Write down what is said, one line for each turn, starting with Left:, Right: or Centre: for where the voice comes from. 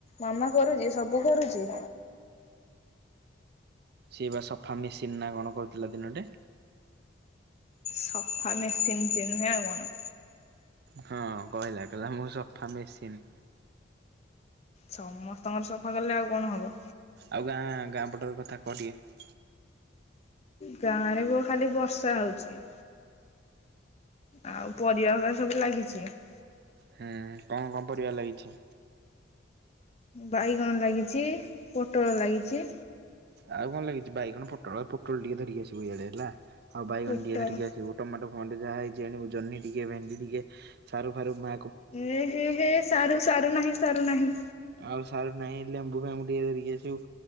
Left: ମାମା କରୁଛି ସବୁ କରୁଛି।
Right: ସିଏ ବା ସଫା ମେସିନ୍ ନା କଣ କରୁଥିଲା ଦିନଟେ
Left: ସଫା ମେସିନ୍ ଚନ୍ୁଁ କନ <inaudible>
Right: ହଁ କହିଲା କହିଲା ମୁଁ ସଫା ମେସିନ୍
Left: ସମସ୍ତଙ୍କର ସଫା କଲେ ଆଉ କଣ ହବ?
Right: ଆଉ ଗାଁ ଗାଁ ପଟରେ କଥା କହ ଟିକଏ।
Left: ଗାଁରେ ବୋ ଖାଲି ବର୍ଷା ହଉଛି। ଆଉ ପରିବା ଗୁରା ସବୁ ଲାଗିଛି ‌।
Right: ହୁଁ କଣ କଣ ପରିବା ଲାଗିଛି?
Left: ବାଇଗଣ ଲାଗିଛି, ପୋଟଳ ଲାଗିଛି।
Right: ଆଉ କଣ ଲାଗିଛି? ବାଇଗଣ ପୋଟଳ, ପେଟଳ ଟିକେ ଧରିକି ଆସିବୁ ଇଡେ ହେଲା, ଆଉ ବାଇଗଣ
Left: ପୋଟଳ
Right: ଟିକେ ଧରିକି ଆସିବୁ ଟମାଟୋ ଫମାଟ ଯାହା ହେଇଛି ଆଣିବୁ, ଜହ୍ନି ଟିକେ, ଭେଣ୍ଡି ଟିକେ, ସାରୁ ଫାରୁ ମା
Left: ଏ ହେ ହେ ସାରୁ ସାରୁ ନାହିଁ ସାରୁ ନାହିଁ।
Right: ଆଉ ସାର ନାହିଁ ଲେମ୍ବୁ ଫେଙ୍ଗୁ ଟିକଏ ଧରିକି ଆସିବୁ।